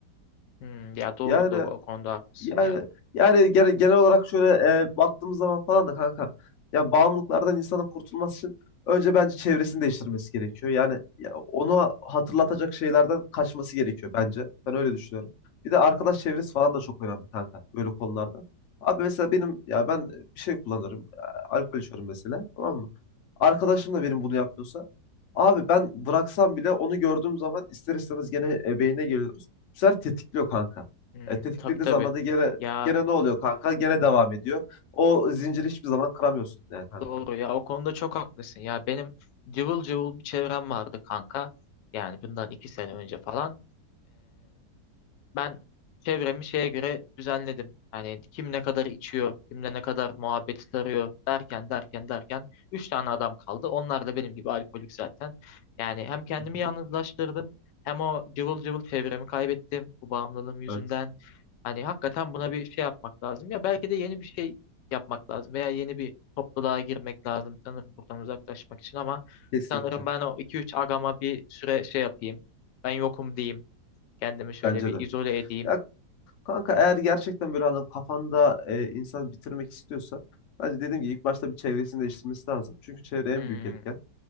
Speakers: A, on the left; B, on the left.
A: Hmm, ya doğru
B: Yani
A: doğru o konuda haklısın
B: yani
A: ya.
B: yani gene- genel olarak şöyle e, baktığımız zaman falan da kanka ya bağımlılıklardan insanın kurtulması için önce bence çevresini değiştirmesi gerekiyor. Yani ya onu hatırlatacak şeylerden kaçması gerekiyor bence. Ben öyle düşünüyorum. Bir de arkadaş çevresi falan da çok önemli kanka böyle konularda. Abi mesela benim ya ben bir şey kullanırım. e, Alkol içiyorum mesela tamam mı? Arkadaşım da benim bunu yapıyorsa abi ben bıraksam bile onu gördüğüm zaman ister istemez gene e, beynine geliyoruz. Bu sefer tetikliyor kanka.
A: Hmm,
B: E, tetiklediği
A: tabii tabii.
B: zaman da gene,
A: Ya
B: gene ne oluyor kanka? Gene devam ediyor. O zinciri hiçbir zaman kıramıyorsun yani kanka.
A: doğru ya o konuda çok haklısın. Ya benim cıvıl cıvıl bir çevrem vardı kanka. Yani bundan iki sene önce falan. ben çevremi şeye göre düzenledim. Yani kim ne kadar içiyor, kimle ne kadar muhabbeti sarıyor derken derken derken üç tane adam kaldı. Onlar da benim gibi alkolik zaten. Yani hem kendimi
B: Hı hı.
A: yalnızlaştırdım hem o cıvıl cıvıl çevremi kaybettim bu bağımlılığım yüzünden.
B: Evet.
A: Hani hakikaten buna bir şey yapmak lazım. Ya belki de yeni bir şey yapmak lazım veya yeni bir topluluğa girmek lazım sanırım buradan uzaklaşmak için ama
B: Kesinlikle.
A: sanırım ben o iki üç agama bir süre şey yapayım. Ben yokum diyeyim. Kendimi şöyle
B: Bence
A: bir
B: de.
A: izole edeyim.
B: Ya kanka eğer gerçekten böyle hani kafanda e, insan bitirmek istiyorsa bence dediğim gibi ilk başta bir çevresini değiştirmesi lazım. Çünkü çevre en
A: Hmm,
B: büyük etken.